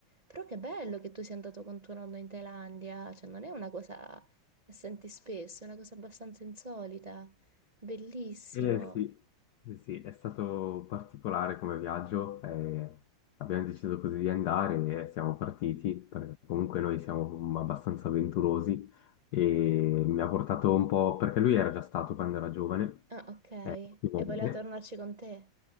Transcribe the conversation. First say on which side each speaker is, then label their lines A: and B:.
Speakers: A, on the right (about 40°); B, on the left (about 65°).
A: Però che bello che tu sia andato con tuo nonno in Thailandia, cioè non è una cosa che senti spesso, è una cosa abbastanza insolita. Bellissimo.
B: Eh sì, sì, sì, è stato particolare come viaggio, eh, abbiamo deciso così di andare e siamo partiti, perché comunque noi siamo abbastanza avventurosi e mi ha portato un po', perché lui era già stato quando era giovane,
A: Ah, ok.
B: eh, più volte.
A: E voleva tornarci con te.